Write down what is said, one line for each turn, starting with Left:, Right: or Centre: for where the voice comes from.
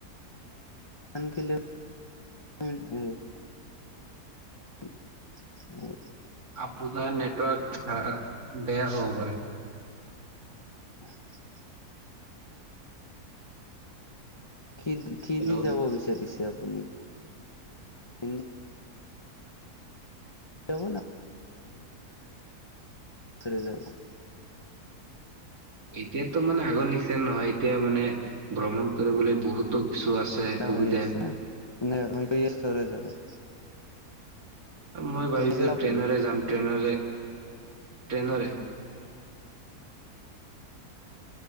Left: ধ কে ল <unintelligible> <inaudible>
Right: আপোনাৰ নেটৱৰ্ক বেয়া হ'ব পাৰে।
Left: <inaudible> কি দি কি
Right: হেল্ল'
Left: দি যাব বিচাৰিছে আপুনি। হ ন <unintelligible> যাব‌ না বাচেৰে যাব।
Right: <inaudible> এতিয়াতো মানে আগৰ নিচিনা নহয় এতিয়া মানে ভ্ৰমণ কৰিবলৈ বহুত তো কিছু আছে
Left: অ
Right: সুবিধা
Left: আছে না ন ম যাব <unintelligible>
Right: মই
Left: ট্ৰেইনেৰে
Right: ভাবিছোঁ
Left: আপুনি
Right: ট্ৰেইনৰে যাম ট্ৰেইনৰে ট্ৰেইনৰে।